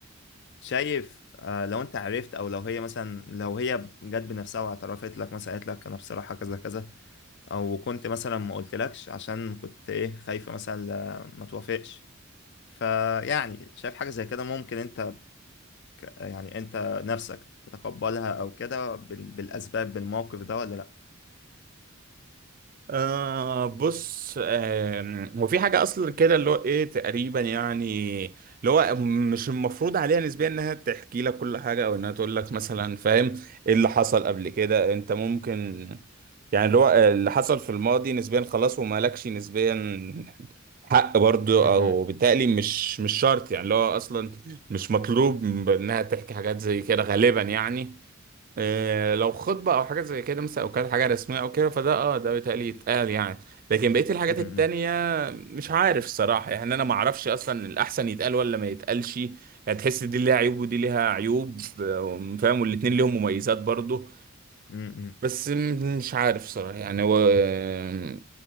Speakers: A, on the left; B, on the right.
A: فشايف آه، لو انت عرفت او لو هي مثلا لو هي جت بنفسها واعترفت لك مثلا قالت لك انا بصراحة كذا كذا او كنت مثلا ما قلتلكش عشان كنت ايه خايفة مثلا لا- ما توافقش فيعني شايف حاجة زي كده ممكن انت ك- يعني انت نفسك تتقبلها او كده بال- بالاسباب بالموقف ده ولا لا
B: آه بص آه وفي حاجة أصلا كده اللي هو إيه تقريبا يعني اللي هو مش المفروض عليها نسبيا إنها تحكي لك كل حاجة أو إنها تقول لك مثلا فاهم إيه اللي حصل قبل كده أنت ممكن يعني اللي هو اللي حصل في الماضي نسبيا خلاص ومالكش نسبيا حق برضه
A: م-
B: او
A: م.
B: بالتالي مش مش شرط يعني اللي هو اصلا مش مطلوب انها تحكي حاجات زي كده غالبا يعني إيه، لو خطبة أو حاجات زي كده مثلا أو كانت حاجة رسمية أو كده فده أه ده بيتهيألي يتقال يعني لكن بقية الحاجات
A: امم
B: التانية مش عارف الصراحة يعني أنا ما أعرفش أصلا الأحسن يتقال ولا ما يتقالش يعني تحس دي ليها عيوب ودي ليها عيوب آه، فاهم والاتنين ليهم مميزات برضو
A: امم
B: بس م- مش عارف صراحة يعني هو آه،